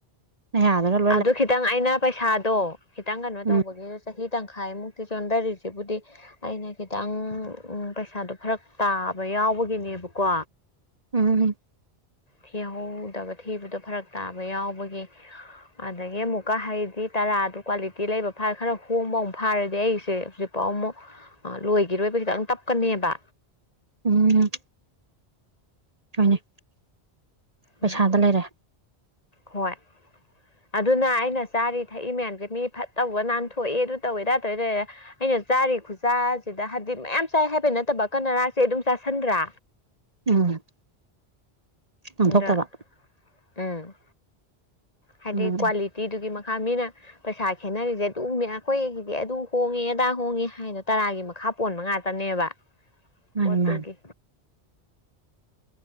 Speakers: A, on the right; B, on the left.
A: ꯃꯌꯥꯗꯒ ꯂꯨ__
B: ꯑꯗꯨ ꯈꯤꯇꯪ ꯑꯩꯅ ꯄꯩꯁꯥꯗꯣ ꯈꯤꯇꯪ ꯀꯩꯅꯣ
A: ꯎꯝ
B: ꯇꯧꯕꯒꯤ ꯆꯍꯤ ꯇꯪꯈꯥꯏꯃꯨꯛꯇꯤ ꯆꯣꯟꯗꯥꯔꯤꯖꯤꯕꯨꯗꯤ ꯑꯩꯅ ꯈꯤꯇꯪ ꯎꯝ ꯄꯩꯁꯥꯗꯣ ꯐꯔꯛ ꯇꯥꯕ ꯌꯥꯎꯕꯒꯤꯅꯦꯕꯀꯣ
A: ꯎꯝ
B: ꯊꯤꯍꯧꯗꯕ ꯊꯤꯕꯗꯣ ꯐꯔꯛ ꯇꯥꯕ ꯌꯥꯎꯕꯒꯤ ꯑꯗꯒꯤ ꯑꯃꯨꯛꯀ ꯍꯥꯏꯗꯤ ꯇꯔꯥꯗꯨ ꯀ꯭ꯋꯥꯂꯤꯇꯤ ꯂꯩꯕ ꯐꯥ ꯈꯔ ꯍꯣꯡꯕ ꯑꯃꯨꯛ ꯐꯥꯔꯗꯤ ꯑꯩꯁꯦ ꯍꯨꯖꯤꯛꯄꯥꯎ ꯑꯃꯨꯛ__ ꯑꯥ ꯂꯣꯏꯒꯤꯔꯣꯏꯕ ꯈꯤꯇꯪ ꯇꯞꯀꯅꯦꯕ
A: ꯎꯝ ꯍꯣꯏꯅꯦ ꯄꯩꯁꯥꯗ
B: ꯎꯝ
A: ꯂꯩꯔꯦ
B: ꯍꯣꯏ ꯑꯗꯨꯅ ꯑꯩꯅ ꯆꯥꯔꯤ ꯊꯛꯏ ꯃꯌꯥꯝꯖꯦ ꯃꯤ ꯐꯠ ꯇꯧꯕ ꯅꯥꯟꯊꯣꯛꯑꯦ ꯑꯗꯨ ꯇꯧꯋꯦ ꯑꯗꯥ ꯇꯧꯋꯦ ꯇꯧꯌꯦ ꯑꯩꯅ ꯆꯥꯔꯤ ꯈꯨꯆꯥꯖꯤꯗ ꯍꯥꯏꯕꯗꯤ ꯃꯌꯥꯝ ꯆꯥꯏ ꯍꯥꯏꯕꯩ ꯅꯠꯇꯕ ꯀꯅꯥꯔꯥꯁꯦ ꯑꯗꯨꯝ ꯆꯥꯥꯁꯟꯗ꯭ꯔꯥ
A: ꯎꯝ ꯅꯥꯟꯊꯣꯛꯇꯕ
B: ꯗꯥ ꯎꯝ ꯍꯥꯏꯗꯤ
A: ꯎꯝ
B: ꯀ꯭ꯋꯥꯂꯤꯇꯤꯗꯨꯒꯤ ꯃꯈꯥ ꯃꯤꯅ__ ꯄꯩꯁꯥ ꯈꯦꯠꯅꯔꯤꯖꯦ ꯑꯗꯨꯃꯦ ꯑꯩꯈꯣꯏꯒꯤꯗꯤ ꯑꯗꯨ ꯍꯣꯡꯉꯦ ꯑꯗꯥ ꯍꯣꯡꯉꯤ ꯍꯥꯏꯅꯣ ꯇꯔꯥꯒꯤ ꯃꯈꯥ ꯄꯣꯟꯕ ꯉꯥꯛꯇꯅꯦꯕ
A: <inaudible>
B: ꯄꯣꯠꯇꯨꯒꯤ
A: ꯃꯥꯅꯤ